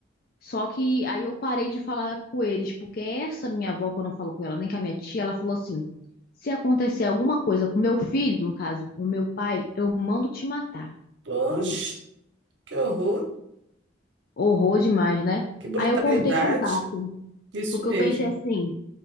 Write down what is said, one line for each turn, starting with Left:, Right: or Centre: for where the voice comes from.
Left: Só que aí eu parei de falar com eles, porque essa minha avó, quando eu falo com ela, nem com a minha tia, ela falou assim: se acontecer alguma coisa com meu filho, no caso, o meu pai, eu mando te matar.
Right: Poxa,
Left: Falou isso.
Right: que horror,
Left: Horror demais, né?
Right: que brutalidade.
Left: Aí eu cortei contato,
Right: Isso
Left: porque
Right: mesmo.
Left: eu pensei assim: